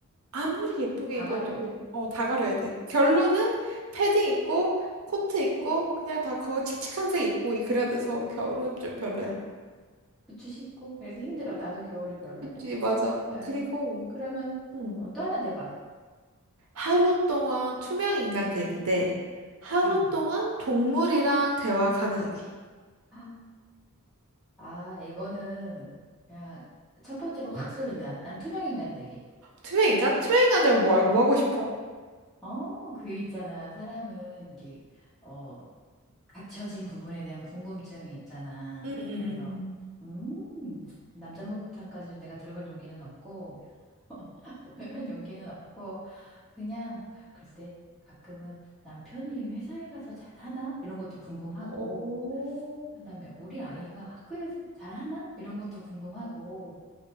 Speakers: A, on the right; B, in the centre.
A: 아무리 예쁘게
B: 다
A: 입어도,
B: 가려야 돼.
A: 어, 다 가려야 돼. 결론은 패딩 입고, 코트 입고, 그냥 다 그거 칙칙한 색 입고, 이- 그래야 돼서 겨울은 좀 별로야.
B: 어. 부츠 신고. 그래서 힘들어.
A: 음,
B: 나도 겨울이 별로야.
A: 그치, 맞아.
B: 자,
A: 그리고,
B: 그러면
A: 응.
B: 어, 또 하나 내봐.
A: 하루 동안 투명 인간 되기 대 하루
B: 음.
A: 동안 동물이랑 대화 가능하기.
B: 아, 아, 이거는 그냥 첫 번째로 확 쏠린다. 난 투명인간 되기.
A: 투명인간? 투명인간을 뭐,
B: 어,
A: 뭐 하고 싶어?
B: 어, 그 있잖아. 사람은 이게, 어, 갇혀진 부분에 대한 궁금증이 있잖아.
A: 응, 응, 응,
B: 그래서,
A: 응.
B: 음, 남자 목욕탕까지는 내가 들어갈 용기는 없고, <laughs> 그런 용기는 없고, 그냥, 글쎄, 가끔은 남편이 회사에 가서 잘하나? 이런 것도 궁금하고,
A: 오,
B: 그다음에 우리 아이가 학교에서 잘하나? 이런 것도 궁금하고,